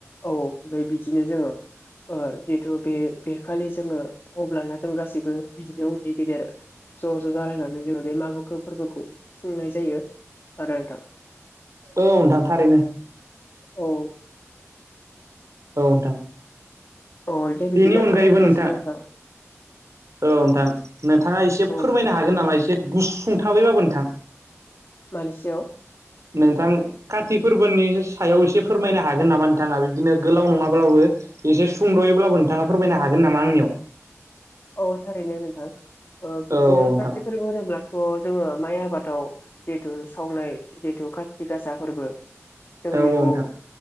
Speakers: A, on the left (about 45°); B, on the right (about 80°).
A: औ ओमफ्राय बिदिनो जोङो जिथु बे बेखालि जोङो अब्लाना जों गासैबो बिदिनो उन्दै गेदेर ज' ज' जालायनानै जों बे मागो फोरबोखौ खुंनाय जायो आरो नोंथां।
B: औ नोंथां थारैनो।
A: औ।
B: औ नोंथां
A: अ दे
B: बेनि
A: बिदिब
B: अनगायैबो
A: <inaudible>
B: नोंथां औ नोंथां नोंथाङा एसे
A: औ
B: फोरमायनो हागोन नामा एसे गुससुंथाबैबाबो नोंथां।
A: मानि सायाव?
B: नोंथां काथि फोरबोनि सायाव एसे फोरमायनो हागोन नामा नोंथाङा बिदिनो गोलाव नङाब्लाबो एसे सुंद'यैब्लाबो नोंथाङा फोरमायनो हागोन नामा आंनियाव।
A: औ थारैनो नोंथां ओ बिदिनो
B: औ नोंथां
A: काथि फोरबो होनोब्ला थ' जोङो माइ आबादाव जिहेथु सावनाय जिहेतु खाथि गासा फोरबो। जों
B: औ
A: बेखौ
B: नोंथां